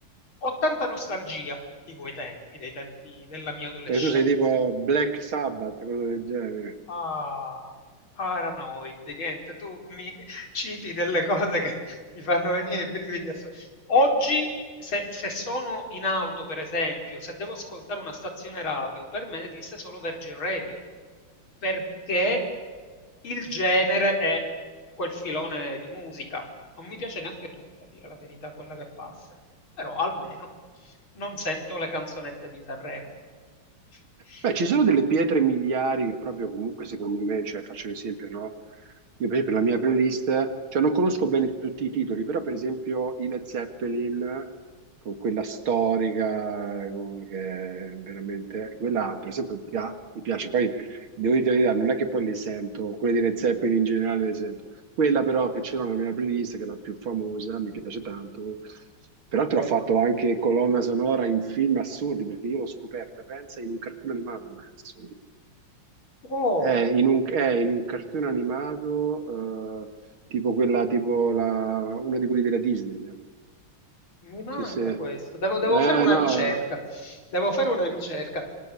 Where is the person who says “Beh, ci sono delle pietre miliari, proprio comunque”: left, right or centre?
Right